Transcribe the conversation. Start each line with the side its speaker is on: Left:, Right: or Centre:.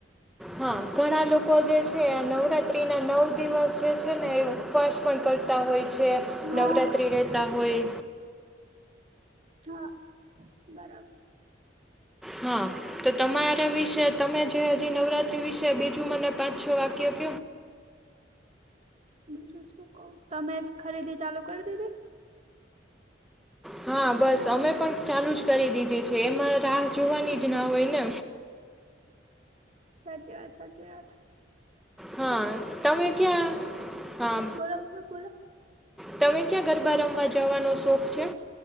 Centre: હા, ઘણા લોકો જે છે, આ નવરાત્રત્રીના નવ દિવસ જે છે ને, એ ઉપવાસ પણ કરતા હોય છે,
Right: હા
Centre: નવરાત્રિ રહેતા હોય.
Right: હા, બરાબર.
Centre: હા. તો તમારા વિશે તમે જે હજી નવરાત્રી વિશે બીજું મને પાંચ- છ વાક્ય ક
Right: બીજું શું કેવું? તમે ખરીદી ચાલુ કરી દીધી.
Centre: હા યર બસ અમે પણ ચાલુ જ કરી દીધી છે. એમાં રાહ જોવાની જ ના હોય ને?
Right: સાચી વાત, સાચી વાત.
Centre: હા, તમે ક્યાં હા?
Right: બોલો બોલો બોલો
Centre: તમે ક્યાં ગરબા રમવા જવાનો શોખ છે?